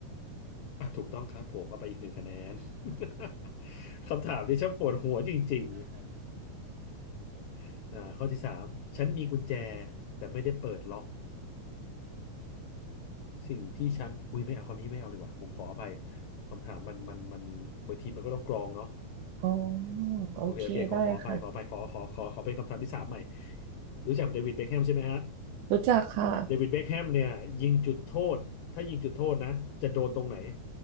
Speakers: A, on the left; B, on the right.
A: อ่ะถูกต้องครับผมเอาไปอีกหนึ่งคะแนน <laughs> คำถามนี้ช่างปวดหัวจริงๆอ่าข้อที่สามฉันมีกุญแจแต่ไม่ได้เปิดล็อกสิ่งที่ฉันอุ้ยไม่เอาคำนี้ไม่เอาดีกว่าผมขออภัยคำถามมันมันมันบางทีมันก็ต้องกรองเนาะ
B: อ๋อโอเคได้ค่ะ
A: โอเคโอเคขอขออภัยขออภัยขอขอขอขอเป็นคำถามที่สามใหม่รู้จักเดวิดเบ็คแฮมใช่ไหมฮะ
B: รู้จักค่ะ
A: เดวิดเบ็คแฮมเนี่ยยิงจุดโทษถ้ายิงจุดโทษนะจะโดนตรงไหน